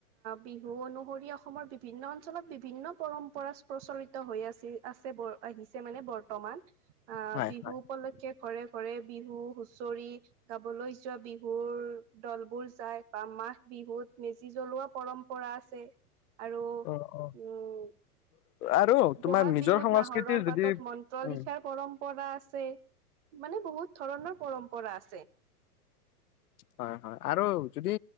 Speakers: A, on the right; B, on the left.
A: বিহু অনুসৰি অসমৰ বিভিন্ন অঞ্চলত বিভিন্ন পৰম্পৰা ইচ প্ৰচলিত হৈ আছিল আছে আহিছে মানে বৰ্তমান আহ
B: হয়
A: বিহু
B: হয়।
A: উপলক্ষে ঘৰে ঘৰে বিহু হুচৰি গাবলৈ যোৱা বিহুৰ দল বোৰ যায় বা মাঘ বিহুত মেজি জ্বলোৱা পৰম্পৰা আছে। আৰু
B: অ অ
A: উম'
B: আৰু তোমাৰ
A: বহাগ
B: নিজৰ
A: বিহুত
B: সংস্কৃতিৰ
A: নাহৰৰ
B: যদি
A: পাতত মন্ত্ৰ
B: উম
A: লিখাৰ পৰম্পৰা আছে। মানে বহুত ধৰণৰ পৰম্পৰা আছে।
B: হয়', হয়', আৰু যদি